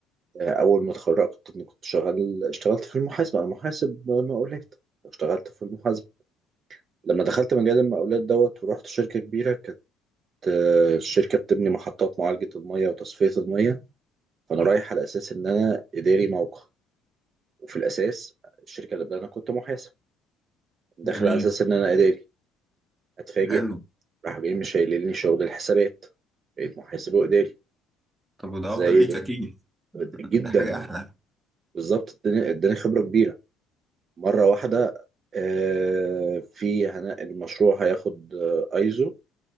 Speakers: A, on the right; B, on the right.
A: آه، اول ما اتخرجت كنت كنت شغال اشتغلت في المحاسبه انا محاسب مقاولات اشتغلت في المحاسبه لما دخلت مجال المقاولات دوت ورحت شركه كبيره كانت آه، الشركه بتبني محطات معالجه الميه وتصفيه الميه فانا رايح على اساس ان انا اداري موقع وفي الاساس الشركه اللي قبل انا كنت محاسب
B: جميل
A: داخل على اساس ان انا اداري اتفاجئ
B: حلو
A: راح جاي مش هيقللني شغل الحسابات بقيت محاسب واداري
B: طب وده
A: زي
B: أفضل ليك
A: ال-
B: أكيد
A: جدا
B: ده حاجة أحلى
A: بالظبط اداني اداني خبره كبيره مره واحده آه، في هن- المشروع هياخد آه، ايزو